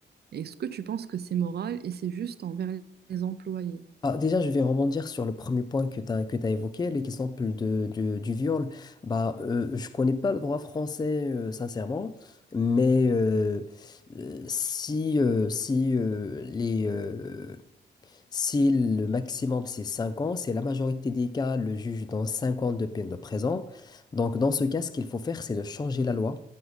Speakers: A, on the right (about 55°); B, on the left (about 20°).
A: Est-ce que tu penses que c'est moral et c'est juste envers les employés?
B: Ah, déjà, je vais rebondir sur le premier point que tu as, que tu évoqué, l'exemple de, du, du viol. Bah, euh, je connais pas le droit français, euh, sincèrement, mais euh, euh, si, euh, si, euh, les, euh, si le maximum c'est 5 ans, c'est la majorité des cas, le juge donne 5 ans de peine de prison. Donc, dans ce cas, ce qu'il faut faire, c'est de changer la loi.